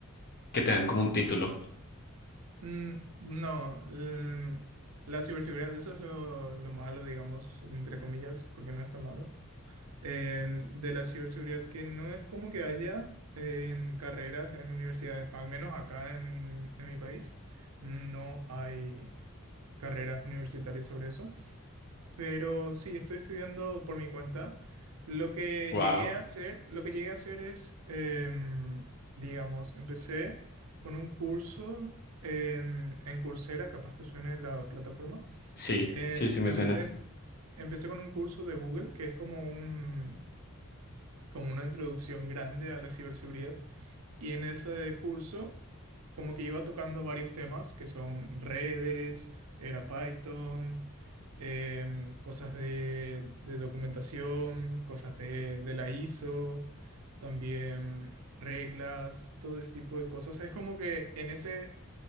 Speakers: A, on the left (about 45°); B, on the right (about 80°).
A: que te dan como un título?
B: Mm, no, l- la ciberseguridad, eso es lo, lo malo, digamos, entre comillas, porque no está malo eh, de la ciberseguridad, que no es como que haya en carreras, en universidades, al menos acá en, en mi país, no hay carreras universitarias sobre eso. Pero sí, estoy estudiando por mi cuenta. Lo que
A: Wow.
B: llegué a hacer, lo que llegué a hacer es, em, digamos, empecé con un curso en, en Coursera, capaz te suene la plataforma.
A: Sí,
B: Eh,
A: sí, sí me
B: empecé
A: suena.
B: en- Empecé con un curso de Google, que es como un, como una introducción grande a la ciberseguridad. Y en ese curso, como que iba tocando varios temas que son redes, era Python, em, cosas de, de documentación, cosas de, de la ISO, también reglas, todo ese tipo de cosas. Es como que en ese,